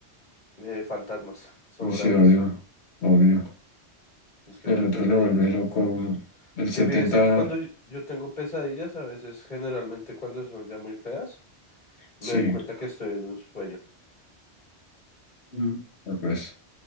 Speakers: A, on the left (about 45°); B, on the left (about 70°).
A: Eh, fantasmas, sobradísimo.
B: Uy, sí, obvio, obvio.
A: Es que
B: El
A: unas
B: otro
A: pesadillas
B: lo vuelve
A: son
B: loco
A: palas.
B: a uno. El 70
A: Que fíjese que cuando yo, yo tengo pesadillas, a veces, generalmente cuando son ya muy feas,
B: sí.
A: me doy cuenta que estoy en un sueño.
B: Mm. Ah, Pues